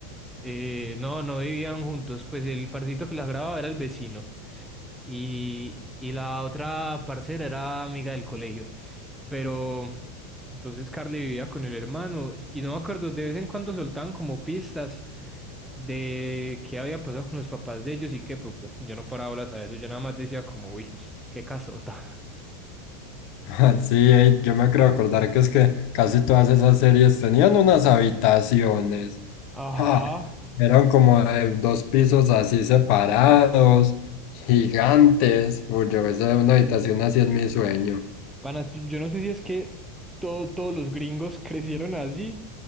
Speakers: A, in the centre; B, on the left.
A: eh, no, no vivían juntos, pues el parcito que las grababa era el vecino y, y la otra parcera era amiga del colegio, pero entonces Carly vivía con el hermano y no me acuerdo, de vez en cuando soltaban como pistas de qué había pasado con los papás de ellos y que pues, yo no paraba bolas a eso, yo nada más decía como, uy, qué casota.
B: <laughs> Sí, ey, yo me creo acordar que es que casi todas esas series tenían unas habitaciones.
A: Ajá.
B: Ah, eran como de dos pisos así separados, gigantes. Uy, yo esa es una habitación así en mi sueño.
A: Panas, yo no sé si es que todo- todos los gringos <laughs> crecieron así